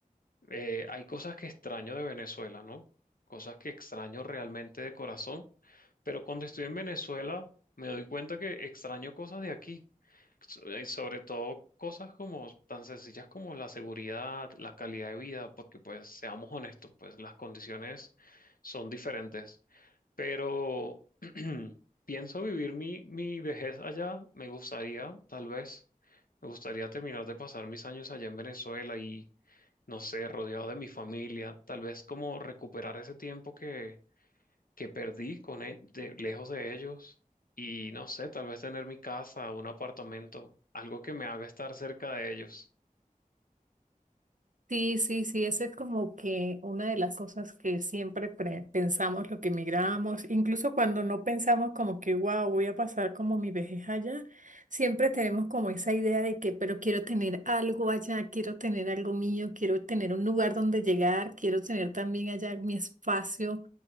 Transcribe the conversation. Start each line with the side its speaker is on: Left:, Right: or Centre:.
Left: Eh, hay cosas que extraño de Venezuela, ¿no? Cosas que extraño realmente de corazón, pero cuando estoy en Venezuela me doy cuenta que extraño cosas de aquí, So- eh, sobre todo cosas como tan sencillas como la seguridad, la calidad de vida, porque pues seamos honestos, pues las condiciones son diferentes, pero <clears throat> pienso vivir mi, mi vejez allá, me gustaría, tal vez, me gustaría terminar de pasar mis años allá en Venezuela y no sé, rodeado de mi familia, tal vez como recuperar ese tiempo que, que perdí con e- de- lejos de ellos y no sé, tal vez tener mi casa, un apartamento, algo que me haga estar cerca de ellos.
Right: Sí, sí, sí, esa es como que una de las cosas que siempre pre- pensamos lo que emigramos, incluso cuando no pensamos como que, wow, voy a pasar como mi vejez allá, siempre tenemos como esa idea de que, pero quiero tener algo allá, quiero tener algo mío, quiero tener un lugar donde llegar, quiero tener también allá mi espacio